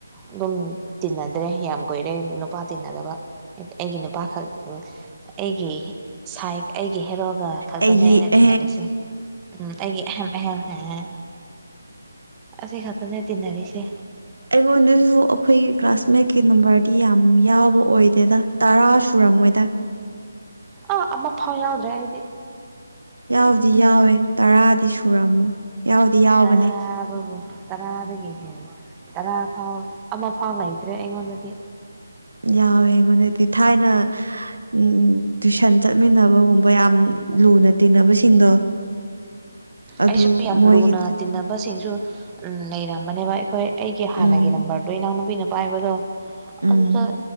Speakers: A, on the right; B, on the right.
A: ꯑꯗꯨꯝ ꯇꯤꯟꯅꯗ꯭ꯔꯦ ꯌꯥꯝ ꯀꯨꯏꯔꯦ ꯅꯨꯄꯥ ꯇꯤꯟꯅꯗꯕ ꯑꯩꯒꯤ ꯅꯨꯄꯥꯈꯛ ꯑꯩꯒꯤ ꯁꯥꯏ ꯑꯩꯒꯤ ꯍꯦꯔꯣꯒ ꯈꯛꯇꯅꯦ
B: ꯑꯩꯒꯤ
A: ꯑꯩꯅ
B: ꯑꯦ
A: ꯇꯤꯟꯅꯔꯤꯁꯦ
B: ꯑꯦ
A: ꯎ ꯑꯩꯒꯤ ꯑꯍꯦꯝ ꯍ ꯍꯦ ꯁꯤ ꯈꯇꯅꯦ ꯇꯅꯔꯤꯁꯦ
B: ꯑꯩꯉꯣꯟꯗꯁꯨ ꯑꯩꯈꯣꯏꯒꯤ ꯀ꯭ꯂꯥꯁꯃꯦꯠꯀꯤ ꯅꯝꯕꯔꯗꯤ ꯌꯥꯝ ꯌꯥꯎꯕ ꯑꯣꯏꯗꯦꯗ ꯇꯔꯥ ꯁꯨꯔꯝꯃꯣꯏꯗ
A: ꯑꯥ ꯑꯃ ꯐꯥꯎ ꯌꯥꯎꯗ꯭ꯔꯦ ꯑꯩꯗꯤ
B: ꯌꯥꯎꯗꯤ ꯌꯥꯎꯋꯦ ꯇꯔꯥꯗꯤ ꯁꯨꯔꯝꯃꯣꯏ ꯌꯥꯎꯗꯤ ꯌꯥꯎꯕꯅꯦ
A: ꯇꯥꯕꯕꯨꯨ ꯇꯔꯥꯗꯒꯤ ꯍꯦꯟꯅ ꯇꯔꯥ ꯐꯥꯎ ꯑꯃꯐꯥꯎ ꯂꯩꯇ꯭ꯔꯦ ꯑꯩꯉꯣꯟꯗꯗꯤ
B: ꯌꯥꯎꯋꯦ ꯑꯩꯉꯣꯟꯗꯗꯤ ꯊꯥꯏꯅ ꯎꯝ ꯇꯨꯏꯁꯟ ꯆꯠꯃꯤꯟꯅꯕꯒꯨꯝꯕ ꯃ ꯌꯥꯝ ꯂꯨꯅ ꯇꯤꯟꯅꯕꯁꯤꯡꯗꯣ ꯑꯗꯨ
A: ꯑꯩꯁꯨ ꯌꯥꯝ
B: ꯃꯣꯏꯒꯤ
A: ꯂꯨꯅ ꯇꯤꯟꯅꯕꯁꯤꯡꯁꯨ ꯂꯩꯔꯝꯕꯅꯦꯕ ꯑꯩꯈꯣꯏ ꯑꯩꯒꯤ
B: ꯎꯝ
A: ꯍꯥꯟꯅꯒꯤ ꯅꯝꯕꯔꯗꯣ ꯏꯅꯥꯎꯅꯨꯄꯤꯅ ꯄꯥꯏꯕꯗꯣ
B: ꯎꯝ
A: ꯑꯗꯨꯗ